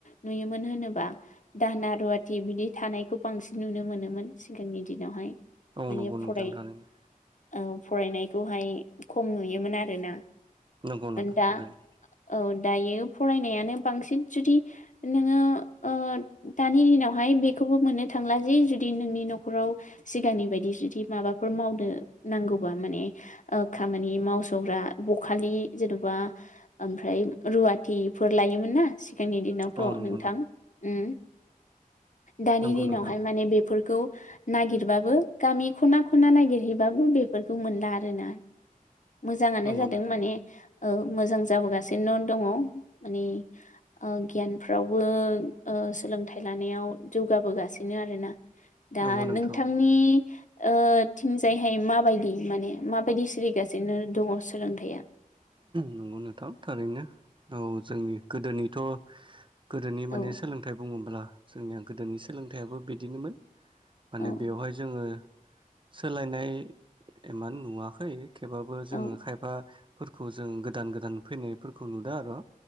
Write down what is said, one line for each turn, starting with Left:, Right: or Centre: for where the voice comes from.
Left: नुयोमोन होनोबा दाहोना रुवाथि बिदि थानायखौ बांसिन नुनो मोनोमोन सिगांनि दिनावहाय
Right: औ
Left: माने
Right: नंगौ नोंथां
Left: फराय
Right: थारैनो
Left: ओ फरायनायखौहाय खम नुयोमोन आरोना।
Right: नंगौ नोंथां
Left: दा
Right: थारैनो।
Left: औ दायो फरायनायानो बांसिन जुदि नोङो ओ दानि दिनावहाय बेखौबो मोनो - थांला जि जुदि नोंनि न'खराव सिगांनि बायदि जुदि माबाफोर मावनो नांगौबा माने ओ खामानि मावसग्रा बखालि जेन'बा ओमफ्राय रुवाथि -फोर लायोमोन ना सिगांनि दिनावथ'
Right: औ नंगौ
Left: नोंथां उम दानि
Right: नंगौ
Left: दिनावहाय
Right: नोंथां
Left: माने बेफोरखौ नागिरबाबो गामि खना खना नागिरहैबाबो बेफोरखौ मोनला आरोना मोजाङानो
Right: नंगौ
Left: जादों
Right: नोंथां
Left: माने औ मोजां जाबोगासिनो दङ माने ओ गियानफ्रावबो ओ सोलोंथाइ लानायाव जौगाबोगासिनो आरोना दा
Right: नंगौ नोंथां
Left: नोंथांनि ओ थिंजायहाय माबायदि माने माबायदि सोलिगासिनो दङ सोलोंथाइया
Right: नंगौ नोंथां थारैनो औ जोंनि गोदोनिथ' गोदोनि
Left: औ
Right: माने सोलोंथाइ बुङोब्ला जोंनिया गोदोनि सोलोंथाइयाबो बिदिनोमोन माने
Left: औ
Right: बेवहाय जोङो सोलायनाय एमान नुवाखै थेवबाबो जोङो
Left: औ
Right: खायफाफोरखौ जों गोदान गोदान फैनायफोरखौ नुदों आरो